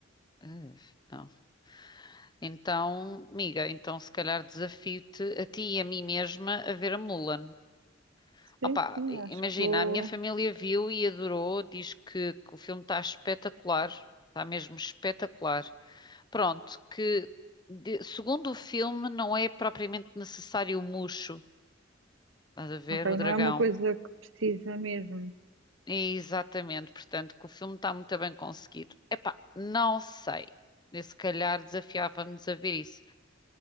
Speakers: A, on the left; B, on the right.
A: Eh, não. Então, amiga, então se calhar desafio-te a ti e a mim mesma a ver a Mulan.
B: Sim,
A: Opa,
B: sim,
A: i-
B: acho
A: imagina,
B: que vou.
A: a minha família viu e adorou, diz que que o filme está espetacular, está mesmo espetacular. Pronto, que de- segundo o filme não é propriamente necessário o Mushu, estás a ver,
B: Ok,
A: o dragão.
B: não é uma coisa que precisa mesmo.
A: Exatamente, portanto, que o filme está muito bem conseguido. Epá, não sei. Eu, se calhar desafiava-nos a ver isso.